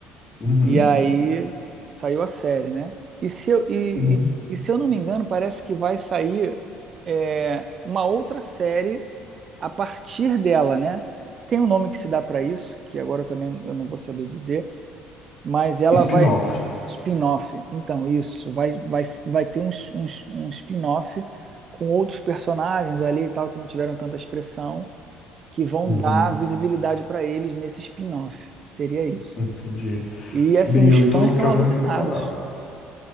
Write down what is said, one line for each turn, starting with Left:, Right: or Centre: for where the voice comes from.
Left: Uhum,
Right: E aí saiu a série, né? E se eu, e,
Left: uhum.
Right: e- e se eu não me engano, parece que vai sair é, uma outra série a partir dela, né? Tem um nome que se dá para isso, que agora também eu não vou saber dizer, mas ela
Left: Spin-off.
Right: vai. Spin-off. Então, isso. Vai, vai, vai ter uns, uns, um spin-off com outros personagens ali e tal, que não tiveram tanta expressão, que vão
Left: Uhum,
Right: dar visibilidade para eles nesse spin-off. Seria isso.
Left: entendi.
Right: E assim,
Left: Bem,
Right: os
Left: eu
Right: fãs
Left: então
Right: são
Left: já vou
Right: alucinados.
Left: me preparar.